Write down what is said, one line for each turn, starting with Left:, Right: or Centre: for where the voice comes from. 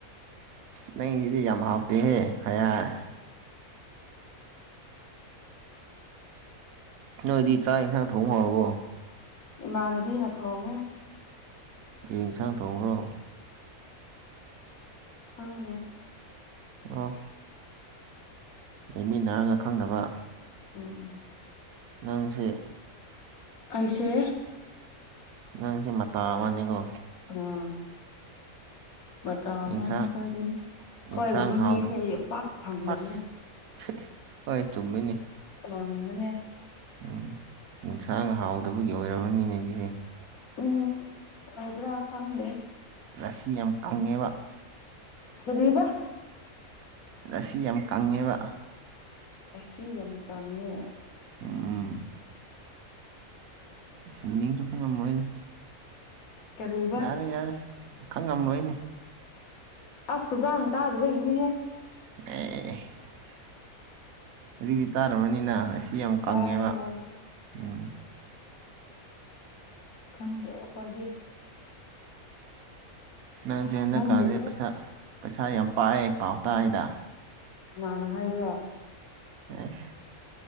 Right: ꯅꯪꯁꯤꯗꯤ ꯌꯥꯝ ꯍꯥꯎꯇꯦꯍꯦ ꯍꯥꯏ ꯍꯥꯏ ꯅꯣꯏꯗꯤ ꯆꯥꯛ ꯌꯦꯟꯁꯥꯡ ꯊꯣꯡꯈꯧꯔꯕꯣ
Left: ꯏꯃꯥꯅꯕꯤꯅ ꯊꯣꯡꯉꯦ
Right: ꯑꯩ ꯌꯦꯟꯁꯥꯡ ꯊꯣꯡꯈ꯭ꯔꯣ
Left: ꯈꯪꯗꯦ
Right: ꯑꯣ ꯂꯩꯃꯤꯟꯅꯔꯒ ꯈꯪꯅꯕ
Left: ꯎꯝ
Right: ꯅꯪꯁꯦ
Left: ꯑꯩꯁꯦ
Right: ꯅꯪꯁꯦ ꯃꯇꯥ ꯑꯃꯅꯤꯅꯦꯀꯣ
Left: ꯑꯥ ꯃꯇꯥ ꯑꯃꯅꯦ
Right: ꯌꯦꯟꯁꯥꯡ
Left: ꯈꯈꯣꯏꯗꯤ
Right: ꯌꯦꯟꯁꯥꯡ
Left: ꯍꯣꯏꯒꯨꯝꯕ
Right: ꯍꯥꯎꯗꯕ
Left: ꯃꯤꯁꯦ ꯑꯩ ꯄꯥꯛ ꯐꯪꯅꯕꯅꯦ
Right: ꯑꯁ ꯍꯣꯏ ꯆꯨꯝꯃꯤꯅꯤ
Left: ꯍꯅꯦ
Right: ꯎꯝ ꯑꯦꯟꯁꯥꯡ ꯍꯥꯎꯗꯕꯒꯤ ꯑꯣꯏꯔꯕꯅꯤꯅꯦ ꯁꯤꯁꯦ
Left: ꯎꯝ ꯑꯣꯕ꯭ꯔꯥ ꯈꯥꯡꯗꯦ
Right: ꯑꯁꯤꯁꯤ ꯌꯥꯝ ꯀꯪꯉꯦꯕ
Left: ꯐꯕ
Right: ꯑꯁꯤ ꯌꯥꯝ ꯀꯪꯉꯦꯕ
Left: ꯑꯁꯤ ꯌꯥꯝ ꯀꯪꯉꯦ
Right: ꯎꯝ ꯁꯤꯅꯤ ꯈꯪ ꯀ ꯃꯣꯏꯅ
Left: ꯀꯔꯤꯕ
Right: ꯌꯥꯔꯦ ꯌꯥꯔꯦ ꯈꯪ ꯉꯝꯂꯣꯏ ꯏꯅꯦ
Left: ꯑꯁ ꯄꯖꯥꯥꯡ ꯇꯗꯕꯩꯅꯦ ꯍꯥꯏ
Right: ꯑ ꯑꯗꯨꯏꯗꯤ ꯇꯥꯔꯕꯅꯤꯅ ꯑꯁꯤ ꯌꯥꯝ ꯀꯪꯉꯦꯕ
Left: ꯇꯥꯏꯌꯦ ꯍꯣꯏ
Right: ꯎꯝ
Left: ꯈꯪꯗ ꯑꯩꯈꯣꯏꯗꯤ
Right: ꯅꯪꯁ ꯍꯟꯖꯤꯛ
Left: ꯈꯪꯗꯦꯀꯣ
Right: ꯀꯥꯟꯁꯦ ꯄꯩꯁꯥ ꯄꯩꯁꯥ ꯌꯥꯝ ꯄꯥꯛꯑꯦ ꯄꯥꯎ ꯇꯥꯏꯗ
Left: ꯅꯅꯥꯅ ꯍꯥꯏꯕ꯭ꯔꯥ
Right: ꯑ